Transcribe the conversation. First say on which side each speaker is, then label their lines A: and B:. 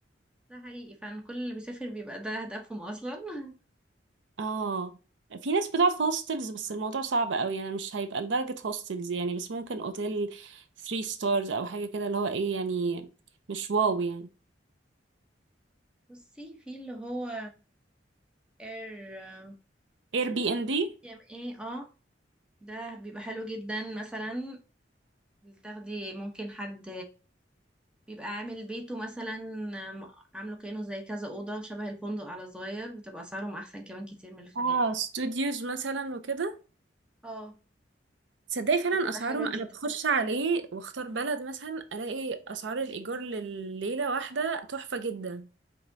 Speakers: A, in the centre; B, on the right.
A: ده حقيقي فعلا كل اللي بيسافر بيبقى ده هدفهم أصلا <laughs>
B: اه في ناس بتقعد في هوستلز بس الموضوع صعب قوي يعني مش هيبقى لدرجة هوستلز يعني بس ممكن اوتيل 3 ستارز او حاجة كده اللي هو ايه يعني مش واو يعني
A: بصي في اللي هو اير
B: اير بي ان دي
A: ام ايه اه ده بيبقى حلو جدا مثلا بتاخدي ممكن حد بيبقى عامل بيته مثلا آم، عامله كأنه زي كذا أوضة شبه الفندق على صغير بتبقى أسعارهم أحسن كمان كتير من الفنادق
B: اه ستوديوز مثلا وكده
A: اه
B: تصدقي فعلا
A: بتبقى
B: اسعارهم
A: حلوة
B: انا
A: جدا
B: بخش عليه واختار بلد مثلا الاقي اسعار الايجار لليلة واحدة تحفة جدا